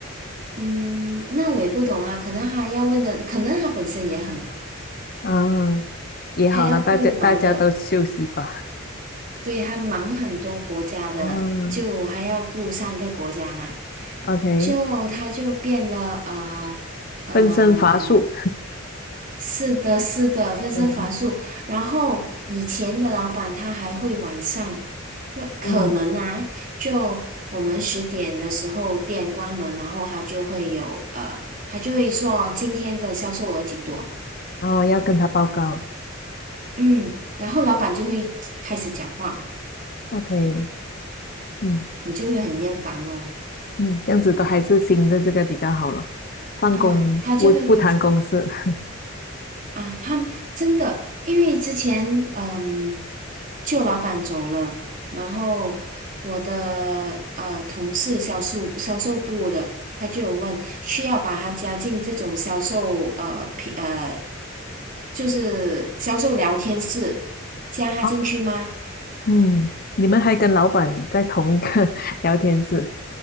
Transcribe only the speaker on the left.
啊，也好了，
大家大家都休息吧。
嗯
，OK，
分身乏术。
嗯
嗯，
然后要跟他报告。
OK，嗯
嗯，这样子都还是新的这个比较好了，放工不不谈公事。
<laughs>
哦嗯，你们还跟老板在同一个 <laughs> 聊天室